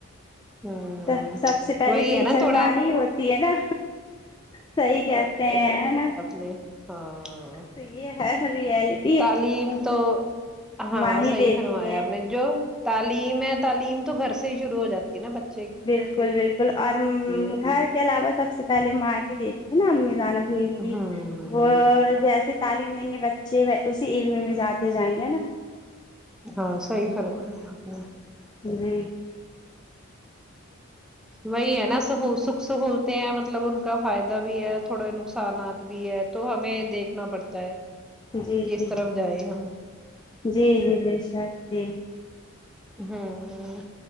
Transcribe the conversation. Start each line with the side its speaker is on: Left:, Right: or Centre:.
Centre: ہوں
Left: س سب سے پہلے
Centre: وہی
Left: ٹیچر
Centre: ہے نا تھوڑا
Left: ماں ہی ہوتی ہے نا صحیح کہتے ہیں نا
Centre: نہیں ہاں
Left: تو یہ ہے ریالٹی
Centre: تعلیم تو ہاں
Left: ماں ہی
Centre: صحیح
Left: دیتی
Centre: فرمایا
Left: ہیں
Centre: آپ نے جو تعلیم ہے تعلیم تو گھر سے ہی شروع ہو جاتی ہے نا بچ
Left: بالکل بالکل اور
Centre: ہے
Left: گھر کے علاوہ سب سے پہلے ماں ہی دیکھی <unintelligible>
Centre: ہوں
Left: وہ جیسے تعلیم دیں گے بچے اسی علم میں جاتے جائیں گے نا
Centre: ہاں صحیح فرمایا آپ نے
Left: جی
Centre: وہی ہے نا س سکھ سہولتیں ہیں مطلب ان کا فائدہ بھی ہے تھوڑے نقصانات بھی ہے تو ہمیں دیکھنا پڑتا ہے
Left: جی
Centre: کہ کس
Left: جی
Centre: طرف
Left: بالکل
Centre: جائیں ہم
Left: جی جی بیشک جی
Centre: ہم